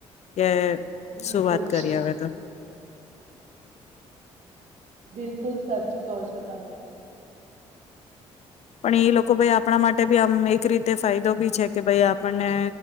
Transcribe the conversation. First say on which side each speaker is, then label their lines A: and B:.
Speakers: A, on the left; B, on the right.
A: કે
B: બિલકુલ
A: શું વાત કરી હવે તો
B: બિલકુલ સાચું કો છો તમે.
A: પણ એ લોકો ભાઈ આપણા માટે બી આમ એક રીતે ફાયદો બી છે કે ભાઈ આપણને